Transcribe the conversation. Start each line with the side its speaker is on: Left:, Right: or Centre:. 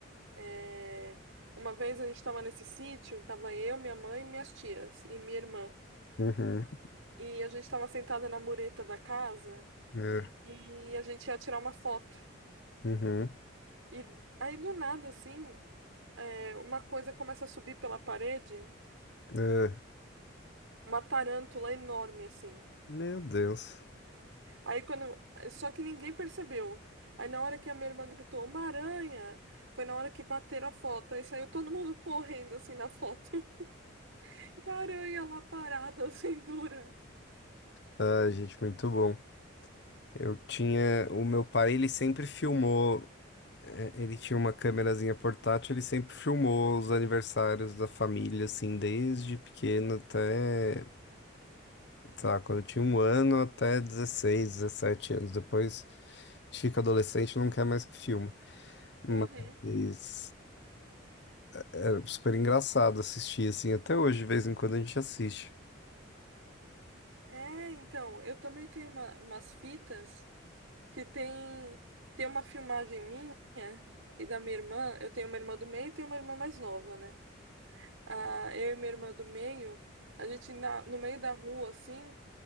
Right: é Uma vez a gente estava nesse sítio, tava eu, minha mãe e minhas tias e minha irmã.
Left: Uhum.
Right: E a gente tava sentada na mureta da casa
Left: É.
Right: e a gente ia tirar uma foto.
Left: Uhum.
Right: E aí do nada, assim, é, uma coisa começa a subir pela parede,
Left: É,
Right: uma tarântula enorme, assim.
Left: meu Deus.
Right: Aí quando. Só que ninguém percebeu. Aí na hora que a minha irmã gritou, uma aranha! Foi na hora que bateram a foto. Aí saiu todo mundo <laughs> correndo, assim, na foto. <laughs> E a aranha lá parada, <laughs> assim, dura.
Left: Ai, gente, muito bom. Eu tinha. O meu pai, ele sempre filmou. é, Ele tinha uma câmerazinha portátil, ele sempre filmou os aniversários da família, assim, desde pequeno até, sei lá, quando eu tinha um ano até 16 17 anos. Depois a gente fica adolescente e não quer mais que filma. Mas
Right: Uhum.
Left: era super engraçado assistir, assim, até hoje, de vez em quando a gente assiste.
Right: É, então, eu também tenho uma- umas fitas. que tem tem uma filmagem minha e da minha irmã. Eu tenho uma irmã do meio e tenho uma irmã mais nova, né? Ah, eu e minha irmã do meio, a gente na, no meio da rua, assim,